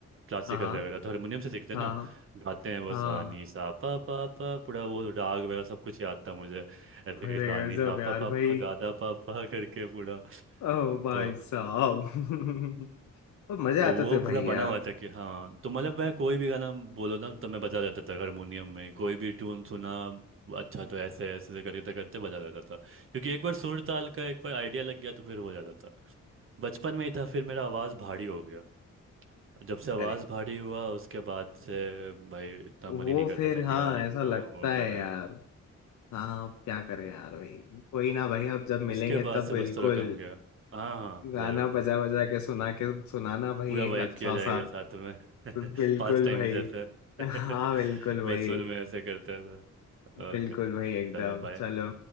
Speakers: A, on the right (about 45°); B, on the left (about 80°).
A: क्लासिकल
B: हाँ हाँ
A: वगैरह तो हारमोनियम से सीखते
B: हाँ
A: हैं ना गाते हैं वो
B: हाँ।
A: सा नी सा पा पा पा पूरा वो राग वगैरह सब कुछ याद था मुझे ऐसे
B: अरे
A: कि सा
B: गजब
A: नी सा पा
B: यार
A: पा पा
B: भाई
A: गा दा पा पा करके पूरा
B: ओ भाई
A: तो
B: साहब <laughs> मजा
A: तो
B: आते
A: वो
B: थे
A: पूरा
B: भाई
A: बना
B: यार
A: हुआ था कि हाँ तो मतलब मैं कोई भी गाना बोलो ना तो मैं बजा जाता था हारमोनियम में कोई भी ट्यून सुना अच्छा तो ऐसे ऐसे ऐसे करते करते बजा जाता था क्योंकि एक बार सुर ताल का एक बार आइडिया लग गया तो फिर हो जाता था बचपन में ही था फिर मेरा आवाज़ भारी हो गया जब से आवाज़
B: अरे
A: भारी हुआ उसके बाद से भाई इतना मन
B: वो
A: ही नहीं करता
B: फिर
A: था कि
B: हाँ
A: यार
B: ऐसा
A: इतना
B: लगता
A: वो
B: है
A: कर
B: यार हाँ अब क्या करें यार भाई कोई ना भाई अब जब मिलेंगे
A: उसके बाद
B: तब
A: से
B: बिल्कुल
A: बस थोड़ा कम गया हाँ हाँ
B: गाना
A: ज़रूर
B: बजा बजा के सुना के सुनाना भाई
A: पूरा वाइब
B: एक अच्छा
A: किया जाएगा
B: सा
A: साथ में <laughs>
B: बिल्कुल
A: पास्ट टाइम
B: भाई
A: जैसे <laughs> बचपन
B: हाँ बिल्कुल भाई
A: में ऐसे करता था
B: बिल्कुल
A: ओके
B: भाई एकदम
A: चलो बाय
B: चलो